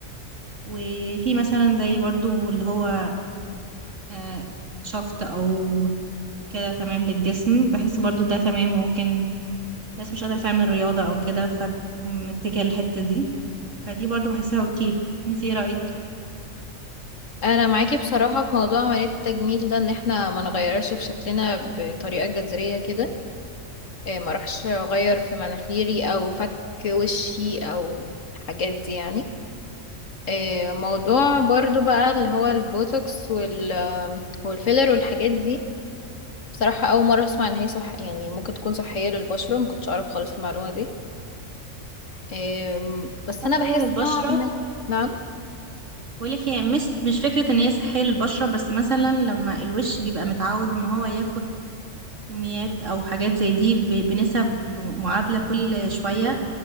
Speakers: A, on the right; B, on the left.
A: وفي مثلا زي برضو اللي هو آه، شفط او كده تمام للجسم بحس برضو ده تمام ممكن ناس مش قادرة تعمل رياضة او كده فتقوم متجهة للحتة دي فدي برضو بحسها اوكي انت ايه رأيك
B: <laughs> انا معاكي بصراحة في موضوع عملية التجميل ده ان احنا ما نغيرش في شكلنا بطريقة جذرية كده إيه، ما اروحش اغير في مناخيري او فك وشي او الحاجات دي يعني إيه، موضوع برضو بقى اللي هو البوتوكس وال آه، والفيلر والحاجات دي بصراحة أول مرة أسمع إن هي صح يعني ممكن تكون صحية للبشرة مكنتش أعرف خالص المعلومة دي أم، بس
A: صحية
B: انا بحس
A: للبشرة
B: نوعا ما نعم
A: بقول لك هي مش مش فكرة ان هي صحية للبشرة بس مثلا لما الوش بيبقى متعود ان هو ياخد كميات او حاجات زي دي ب- بنسب م- معادلة كل شوية